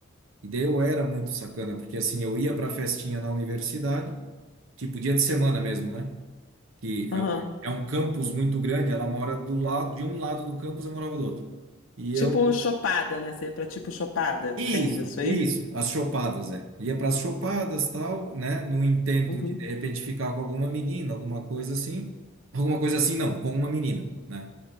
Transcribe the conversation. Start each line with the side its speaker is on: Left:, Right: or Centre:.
Right: E daí eu era muito sacana, porque assim, eu ia para festinha na universidade, tipo dia de semana mesmo, né? que
Left: Aham.
Right: é, é um campus muito grande, ela mora do lado de um lado do campus, eu morava do outro. E
Left: Tipo
Right: eu
Left: chopada, né? Você é pra tipo chopada.
Right: isso,
Left: Tem isso aí?
Right: isso, as chopadas, é. Ia para as chopadas, tal, né, no intento
Left: Uhum.
Right: de de repente ficar com alguma menina, alguma coisa assim. Alguma coisa assim não, com uma menina, né?